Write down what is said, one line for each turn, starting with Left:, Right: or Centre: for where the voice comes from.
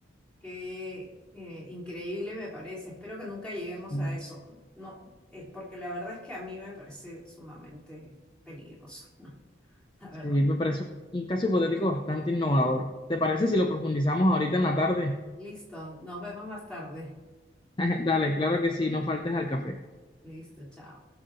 Centre: Qué eh, increíble me parece. Espero que nunca lleguemos
Left: Sí,
Centre: a eso. No, eh, porque la verdad es que a mí me parece sumamente peligroso, <laughs> la verdad.
Left: sí, me parece un un caso hipotético bastante innovador. ¿Te parece si lo profundizamos ahorita en la tarde?
Centre: Listo, nos vemos más tarde.
Left: <laughs> Dale, claro que sí, no faltes al café.
Centre: Listo, chao.